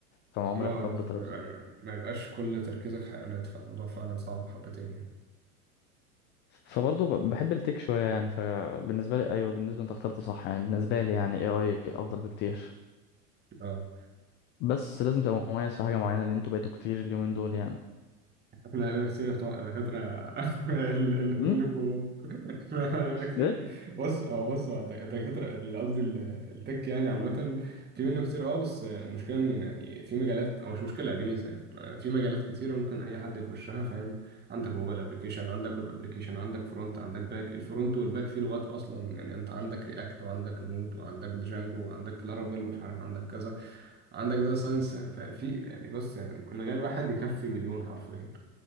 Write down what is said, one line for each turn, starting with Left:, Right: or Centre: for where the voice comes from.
Left: فما عمري
Right: اه
Left: اختار بطريقته
Right: ما يبقى-
Left: يعني.
Right: ما يبقاش كل تركيزك حيوانات فالموضوع فعلا صعب حبتين يعني
Left: فبرضه ب- بحب التك شويه يعني فبالنسبه لي ايوه بالنسبه انت اخترت صح يعني بالنسبه لي يعني اي اي افضل بكتير
Right: اه
Left: بس لازم تبقى مميز في حاجه معينه لان انتوا بقيتوا كتير اليومين دول يعني
Right: لا يقول لك كتير بتوع الدكاترة <laughs> اللي في
Left: امم
Right: منكم <laughs> لا يقول لك كتير
Left: ايه
Right: بص هو بص هو الد- الدكاترة اللي قصدي ال- التك يعني عامة في منه كتير اه بس المشكلة إن يعني في مجالات أو مش مشكلة دي ميزة يعني في مجالات كتيرة ممكن أي حد يخشها فاهم عندك موبايل أبلكيشن عندك ويب أبلكيشن عندك فرونت عندك باك الفرونت والباك فيه لغات أصلا يعني أنت عندك رياكت وعندك نود وعندك دجانجو وعندك لارافيل ومش عارف عندك كذا عندك داتا ساينس يعني ففي يعني بص يعني المجال الواحد يكفي مليون حرفيا